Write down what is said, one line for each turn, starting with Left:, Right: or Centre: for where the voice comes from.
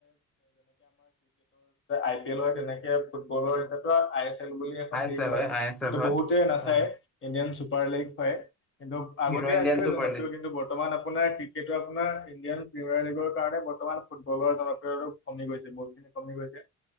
Left: আই পি এল হয় তেনেকে ফুটবলৰ তেনেকোৱা আই এ। খেল বুলি এখন
Centre: আই এছ
Left: লীগ
Centre: এল
Left: হয় সটো
Centre: আই এছ এল হয়
Left: বহুতে নাচায়
Centre: হয়
Left: ইণ্ডিয়ান চুপাৰ লীগ হয়। কিন্তু আগতে
Centre: হিৰ' ইণ্ডিয়ান
Left: আছেে
Centre: চুপাৰ
Left: জনপ্ৰিয়
Centre: লিগ
Left: কিন্তু বৰ্তমান আ। আপোনাৰ ক্ৰিকেটটো আপোনাৰ ইণ্ডিয়ান প্ৰিমিয়াৰ লীগৰ কাৰণে বৰ্তমান ফুটবলৰ জনপ্ৰিয়তটো কমি গৈছে বহ। কমি গৈছে